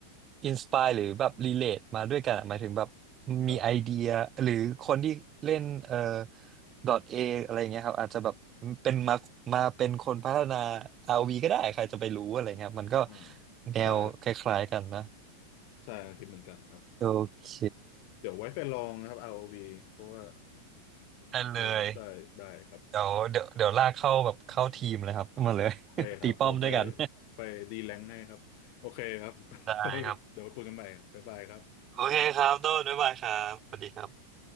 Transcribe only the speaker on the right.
อินสปายหรือแบบรีเลทมาด้วยกันอะหมายถึงแบบ
มีไอเดียหรือคนที่เล่นเอ่อดอทเออะไรเงี้ยครับอาจจะแบบเป็นมามาเป็นคนพัฒนา RV ก็ได้ใครจะไปรู้อะไรเงี้ยครับมันก็
แนวคล้ายๆกันนะ
โอเค
ได้เลย
เดี๋ยวเดี๋ยวเดี๋ยวลากเข้าแบบเข้าทีมเลยครับ <laughs> มาเลย
<laughs> ตีป้อมด้วยกัน
<laughs> ได้ครับ
โอเคครับโดนบ๊ายบายครับสวัสดีครับ